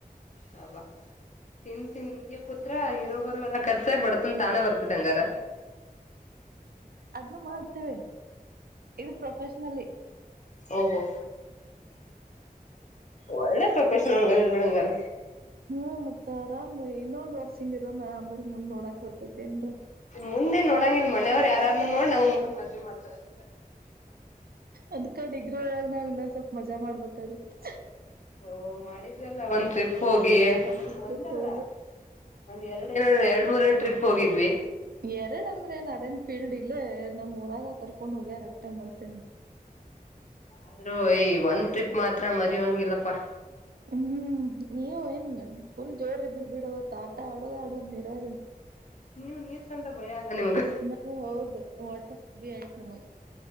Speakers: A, on the left; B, on the right.
A: ಹ <unintelligible> ಬಾ ತಿಂದ- ತಿಂದ ಹಿಂಗೆ ಕೂತ್ರ ಇರೋ ಬರ ಎಲ್ಲ ಕರ್ಸ ಬಡತನ್ ತಾನೆ ಬರ್ತದ ಅಂಗಾರ.
B: ಅದ್ನು ಮಾಡ್ತೇವೆ ಇದು ಪ್ರೊಫೆಷನಲಿ.
A: ಓಹೋ ಒಳ್ಳೆ ಪ್ರೊಫೆಷನಲ್ ಒಗ <unintelligible> ದ್ರ ಬಿಡಂಗಾರ.
B: ಹ್ಮ, ಮತ್ತ ಆರಾಮ್ ಇನ್ನೊಂದ ವರ್ಷ ಹಿಂಗಿರೋದ ಆಮೇಲ್ ಮುಂದ್ ನೋಡಾಕ್ ಬರ್ತೇತೇನ್ರಾ.
A: ಮುಂದೆ ನೋಡಂಗಲ್ ಮನೆಯವ್ರು ಯಾರಾರೂ ನೋಡ್ ನಮ್ ಮುಂದ್ ಮದ್ವಿ ಮಾಡ್ತಾರಷ್ಟ.
B: ಅದ್ಕ ಡಿಗ್ರಿ ಒಳಗ ನಾವ್ ಇನ್ನೊಂದ ಸ್ವಲ್ಪ ಮಜಾ ಮಾಡ್ಬೇಕಾಗಿತ್ತು.
A: ಓ ಮಾಡಿದ್ರಲ್ಲ ಒಂದ ಹೋಗಿ
B: ಒಂದೊಂದ್ ಟ್ರಿಪ್
A: ಒಂದಲ್ಲ,
B: ಹೋಗಿ
A: ಒಂದ ಎರಡು ಎರಡ್ ಮೂರ ಟ್ರಿಪ್ ಹೋಗಿದ್ವಿ
B: ಎರಡ್ ಅಂದ್ರೆ ಏನ್ ಅದೇನ್ ಫೀಲ್ಡ್ ಇಲ್ಲೇ, ನಮ್ಮ್ ಊರಾಗ ಕರ್ಕೊಂಡ್ ಹೋಗ್ಯಾರಕ್ಟ ಮತ್ತೇನ್. <inaudible>
A: ಆದ್ರೂ ಏಯ್ ಒಂದ್ ಟ್ರಿಪ್ ಮಾತ್ರ ಮರಿಯೋಂಗಿಲ್ಲಪ್ಪಾ.
B: ಹ್ಮ ಹ್ಮ್, ನೀವ ಏನ್ ಫುಲ್ ಜೋರ ಇದ್ರಿ ಬಿಡವತ್ ಆಟ ಆಡೋದ- ಆಡೋದ್ ನೀರಾಗ.
A: ನೀವ್ ನೀರ್ ಕಂಡ್ರ
B: <inaudible>
A: ಭಯ ಅಲ್ಲ ನಿಮ್ಗ.
B: ನಾವು ಹೌದ ವಾಟರ್ಫಾಲ್ ಭ ಆಯ್ತ್ು ನಮಗ್